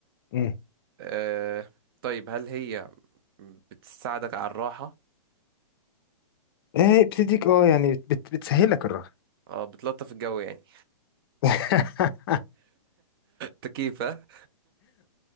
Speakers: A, on the left (about 45°); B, on the right (about 45°).
A: أمم.
B: آه طيب هل هي بتساعدك على الراحة
A: آه بتديك اه يعني بت بتسهل لك الراحه
B: اه بتلطف الجو يعني
A: <laughs>
B: <laughs> تكييف ها؟